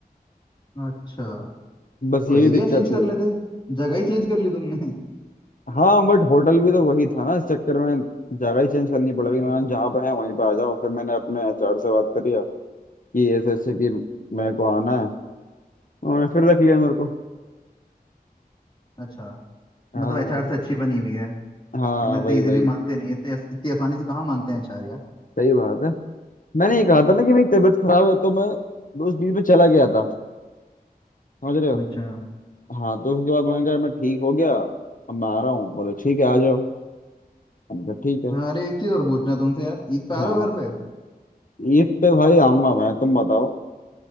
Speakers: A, on the left; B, on the left.
A: अच्छा
B: बस
A: तो
B: यही
A: एरिया
B: दिक्कत
A: चेंज कर
B: थी
A: लेते जगह ही चेंज कर ली तुमने
B: हाँ बट होटल भी तो वही था ना इस चक्कर में जगह ही चेंज करनी पड़ गई मैंने जहाँ पे है वहीं पे आ जाओ फिर मैंने अपने एचआर से बात करी कि ऐसे ऐसे कि मेरे को आना है उन्होंने फिर रख लिया मेरे को
A: <laughs> अच्छा
B: हाँ
A: मतलब एचआर से अच्छी बनी हुई है
B: हाँ
A: वरना इतने
B: वही
A: इजीली
B: वही
A: मानते नहीं इतने इतनी आसानी से कहाँ मानते हैं चार यार
B: सही बात है मैंने ये कहा था ना कि मेरी तबीयत खराब है तो मैं उस बीच में चला गया था समझ रहे हो
A: अच्छा
B: हाँ तो उसके बाद मैंने कहा मैं ठीक हो गया अब मैं आ रहा हूँ बोले ठीक है आ जाओ हमने कहा ठीक है
A: अरे एक चीज और पूछना है तुमसे यार ईद पे आ
B: हाँ
A: रहे हो घर पे
B: ईद पे भाई आऊंगा मैं तुम बताओ